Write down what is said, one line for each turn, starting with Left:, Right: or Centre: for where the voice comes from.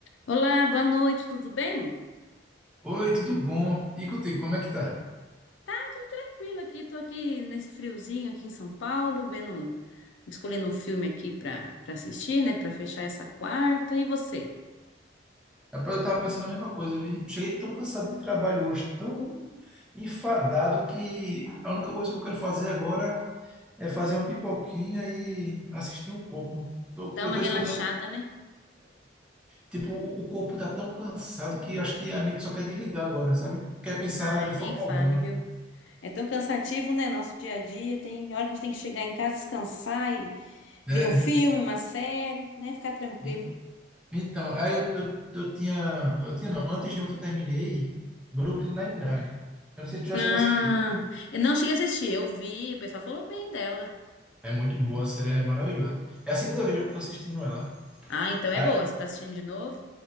Left: Olá, boa noite, tudo bem?
Centre: Oi, tudo bom? E contigo, como é que tá?
Left: Tá, tudo tranquilo aqui. Tô aqui nesse friozinho aqui em São Paulo, vendo, um- escolhendo um filme aqui pra para assistir, né, Pra fechar essa quarta. E você?
Centre: Rapaz, eu tava pensando a mesma coisa, vi. Cheguei tão cansado de trabalho hoje, tão enfadado que a única coisa que eu quero fazer agora é fazer uma pipoquinha e assistir um pouco. Tô-
Left: Dá
Centre: eu
Left: uma
Centre: tô
Left: relaxada,
Centre: esperando,
Left: né?
Centre: tipo, o, o corpo tá tão cansado que acho que a mente só quer desligar agora, sabe? Não quer pensar
Left: Ai,
Centre: de
Left: nem
Centre: forma
Left: fale,
Centre: alguma.
Left: viu? É tão cansativo, né, nosso dia a dia. Tem hora que a gente tem que chegar em casa, descansar e
Centre: É.
Left: ver um filme, uma série, né, ficar tranquilo.
Centre: en- Então, aí eu, eu, eu tinha, eu tinha não, antes de ontem eu terminei Brooklyn Nine-Nine. Eu não sei se tu já
Left: Ah,
Centre: chegou a assistir.
Left: eu não cheguei a assistir, eu vi, o pessoal falou bem dela.
Centre: É muito boa, a série é maravilhosa. É a segunda vez já que eu tô assistindo ela.
Left: Ah, então é
Centre: Ah,
Left: boa. Você tá assistindo de novo?